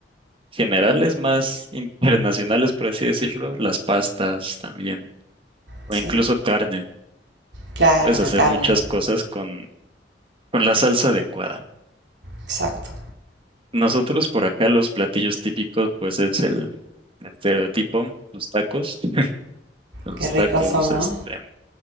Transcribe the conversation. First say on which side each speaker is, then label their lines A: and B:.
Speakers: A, on the right; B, on the right.
A: generales, más internacionales, por así decirlo, las pastas también, o
B: sí.
A: incluso carne.
B: Claro,
A: Puedes
B: la
A: hacer
B: carne.
A: muchas cosas con, con la salsa adecuada.
B: Exacto.
A: Nosotros por acá los platillos típicos, pues es el estereotipo, los tacos, <laughs> los
B: Qué ricos
A: tacos,
B: son, ¿no?
A: este,